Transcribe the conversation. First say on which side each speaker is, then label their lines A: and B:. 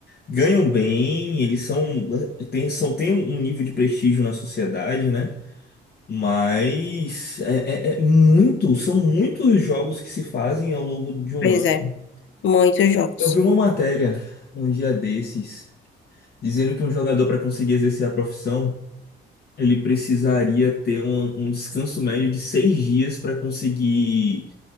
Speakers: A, on the left; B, on the left.
A: ganham bem, eles são, é, tem, são, tem um nível de prestígio na sociedade, né? Mas é, é, é muito, são muitos jogos que se fazem ao longo de um
B: Pois
A: ano.
B: é, muitos jogos.
A: Eu vi uma matéria um dia desses dizendo que um jogador para conseguir exercer a profissão ele precisaria ter um, um descanso médio de seis dias para conseguir